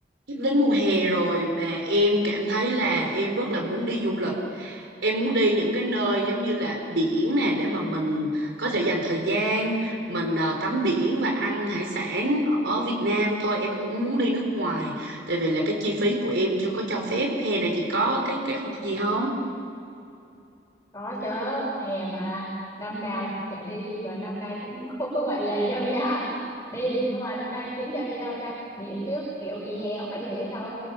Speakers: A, on the right; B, on the left.
A: Sắp đến mùa hè rồi mà em cảm thấy là em rất là muốn đi du lịch em muốn đi những cái nơi giống như là biển nè để mà mình có thể dành thời gian mình à, tắm biển và ăn hải sản ở Việt Nam thôi em không có muốn đi nước ngoài tại vì là cái chi phí của em chưa có cho phép hè này chị có cái kế hoạch gì không
B: Có chứ, hè mà năm nào chả đi và năm nay cũng không có ngoại lệ <laughs> đâu nha. Đi nhưng mà năm nay tính cho đi đâu ta? Biển trước, kiểu gì hè cũng phải đi biển thôi.